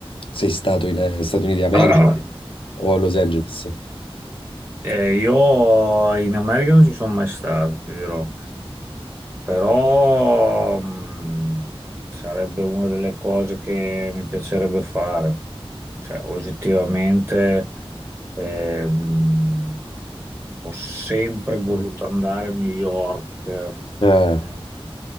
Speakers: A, on the left; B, on the right.
A: sei stato in eh, Stati Uniti d'America
B: <clears throat>
A: o a Los Angeles.
B: Eh, io in America non ci sono mai stato, ti dirò. Però mh, sarebbe una delle cose che mi piacerebbe fare. Cioè, oggettivamente ehm, ho sempre voluto andare a New York.
A: Eh,
B: Ehm,